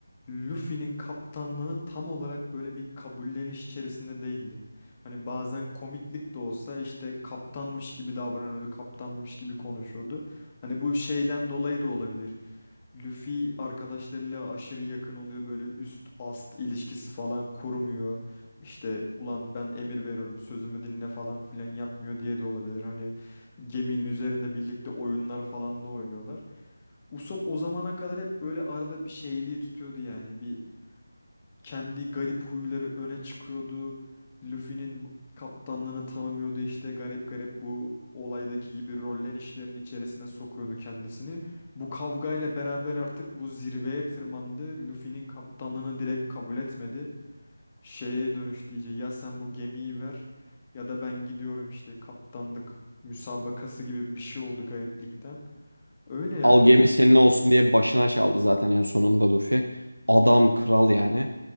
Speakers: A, on the left; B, on the right.
A: Luffy'nin kaptanlığını tam olarak böyle bir kabulleniş içerisinde değildi. Hani bazen komiklik de olsa işte kaptanmış gibi davranıyordu, kaptanmış gibi konuşuyordu. Hani bu şeyden dolayı da olabilir. Luffy arkadaşlarıyla aşırı yakın oluyor böyle üst ast ilişkisi falan kurmuyor. İşte ulan ben emir veriyorum sözümü dinle falan filan yapmıyor diye de olabilir. Hani geminin üzerinde birlikte oyunlar falan da oynuyorlar. Usopp o zamana kadar hep böyle arada bir şeyliği tutuyordu yani. Bir kendi garip huyları öne çıkıyordu. Luffy'nin bu- kaptanlığını tanımıyordu işte garip garip bu olaydaki gibi rollenişlerin içerisine sokuyordu kendisini. Bu kavgayla beraber artık bu zirveye tırmandı. Luffy'nin kaptanlığını direkt kabul etmedi. Şeye dönüştü iyice ya sen bu gemiyi ver ya da ben gidiyorum işte kaptanlık müsabakası gibi bir şey oldu gariplikten. Öyle yani
B: Al
A: hocam.
B: gemi senin olsun diye başına çaldı zaten en sonunda Luffy. Adam kral yani.